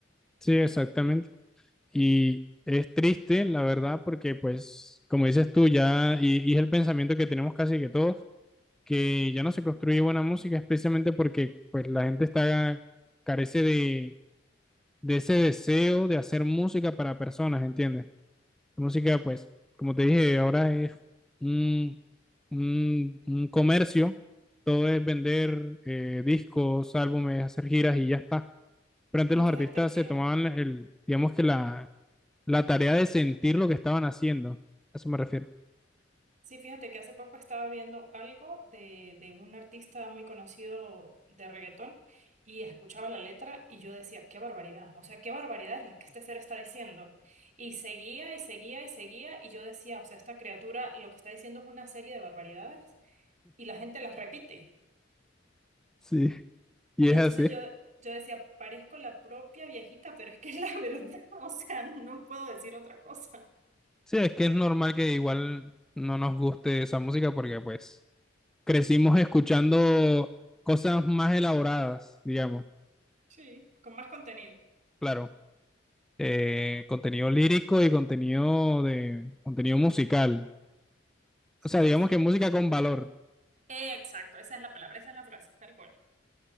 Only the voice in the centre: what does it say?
sí, exactamente. Y es triste, la verdad, porque pues, como dices tú, ya, y, y es el pensamiento que tenemos casi que todos, que ya no se construye buena música es precisamente porque pues la gente está carece de, de ese deseo de hacer música para personas, ¿entiendes? La música, pues, como te dije, ahora es un, un, un comercio, todo es vender eh, discos, álbumes, hacer giras y ya está. Pero antes
los artistas
se tomaban el, digamos que la, la tarea de sentir lo que estaban haciendo, a eso me refiero. <laughs>
Sí, y
es
así.
Sí, es que es normal que igual no nos guste esa música porque pues crecimos escuchando cosas más elaboradas, digamos,
claro, eh, contenido lírico y contenido de contenido musical,
o sea, digamos
que música
con valor.